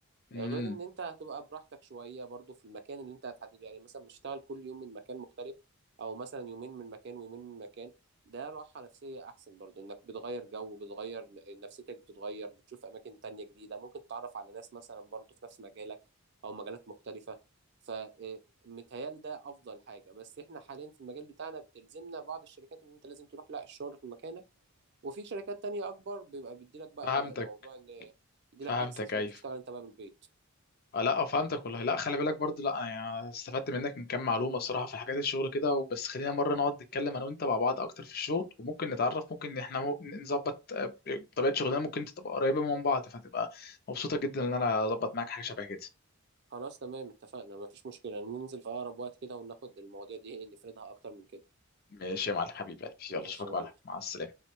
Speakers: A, on the left (about 40°); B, on the right (about 50°).
A: امم
B: غير ان انت هتبقى براحتك شويه برضو في المكان اللي انت هتحدده يعني مثلا مش هشتغل كل يوم من مكان مختلف او مثلا يومين من مكان ويومين من مكان ده راحه نفسيه احسن برضو انك بتغير جو بتغير نفسيتك بتتغير بتشوف اماكن تانية جديده ممكن تتعرف على ناس مثلا برضو في نفس مجالك او مجالات مختلفه فمتهيألي ده افضل حاجه بس احنا حاليا في المجال بتاعنا بتلزمنا بعض الشركات ان انت لازم تروح لا الشغل في مكانك وفي شركات تانية اكبر بيبقى بيديلك بقى
A: فهمتك
B: موضوع ان يديلك
A: فهمتك
B: اكسس
A: ايوه
B: وتشتغل انت بقى من البيت
A: آه، لا آه، فهمتك والله لا خلي بالك برضه لا يعني استفدت منك من كام معلومه الصراحه في حاجات الشغل كده وبس خلينا مره نقعد نتكلم انا وانت مع بعض اكتر في الشغل وممكن نتعرف ممكن احنا مو- نظبط آه، طبيعه شغلنا ممكن تبقى قريبه من بعض فتبقى مبسوطه جدا ان انا اظبط معاك حاجه شبه كده
B: خلاص تمام اتفقنا مفيش مشكلة ننزل في أقرب وقت كده وناخد المواضيع دي إيه، نفردها أكتر من كده
A: ماشي يا معلم حبيبي قلبي.
B: ماشي
A: يلا اشوفك
B: يا
A: بقى
B: معلم
A: مع السلامه